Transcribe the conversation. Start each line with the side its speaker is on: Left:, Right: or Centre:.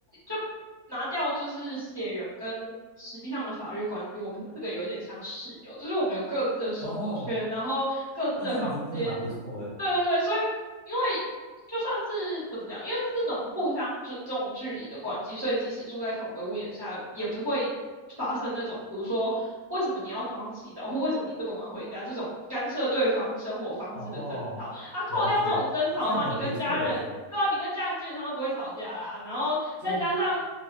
Right: 就拿掉就是血缘跟实际上的法律关系，我们四个有一点像室友，就是我们有各自的生活圈，
Left: 哦，
Right: 然后各自的房间，
Left: 那这样子真的蛮不错的。
Right: 对对对，所以因为就算是怎么讲，因为是这种互相尊重距离的关系，所以即使住在同一个屋檐下，也不会发生那种，比如说为什么你要早上洗澡，或为什么你这么晚回家这种干涉对方生活方式的争吵。
Left: 哦，
Right: 啊，扣掉这种争吵的话，
Left: 了解，这样很不错诶，
Right: 你跟家人，对吧、啊你跟家人基本上都不会吵架啦。然后再加上，
Left: 就